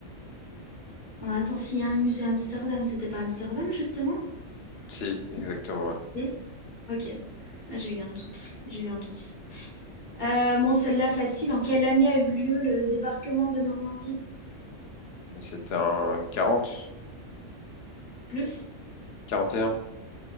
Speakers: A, on the left (about 40°); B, on the left (about 60°).
A: Oh, attends, s'il y a un musée à Amsterdam, c'était pas Amsterdam justement?
B: Si, exactement, ouais.
A: Si. Ok, Ah, j'ai eu un doute, j'ai eu un doute. Euh, bon, celle-là facile. En quelle année a eu lieu le débarquement de Normandie?
B: Mais c'était un quarante?
A: Plus,
B: quarante et un.